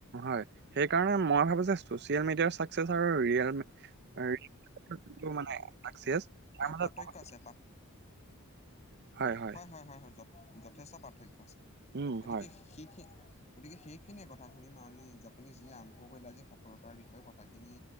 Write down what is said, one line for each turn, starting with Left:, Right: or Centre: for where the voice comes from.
Right: হয়, সেইকাৰণে মই ভাবো যে, চচিয়েল মিডিয়াৰ চাকচেছ আৰু ৰিয়েল যিটো মানে চাকচেছ, তাৰ
Left: যাব। অ'
Right: মাজত
Left: পাৰ্থক্য
Right: বহুত
Left: আছে
Right: হয় হয়
Left: হয়-হয়-হয়-হয়, যথেষ্ট পাৰ্থক্য আছে,
Right: উম
Left: গতিকে
Right: হয়
Left: সেই গতিকে সেইখিনিয়েই কথাখিনি, মই আমি আপুনি যি আৰম্ভ কৰিলে আজি, সফলতাৰ বিষয়ে কথাখিনি।